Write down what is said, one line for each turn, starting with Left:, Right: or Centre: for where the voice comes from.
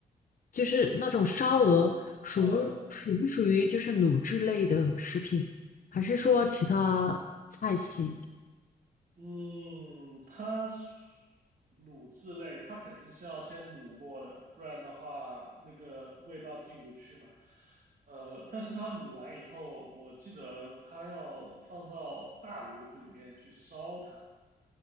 Left: 就是那种烧鹅属不属不属于就是卤制类的食品，
Right: 嗯
Left: 还是说其他菜系？
Right: 嗯，它是卤制类，它肯定是要先卤过的，不然的话那个味道进不去嘛。呃，但是它卤完以后，我记得它要放到大炉子里面去烧它。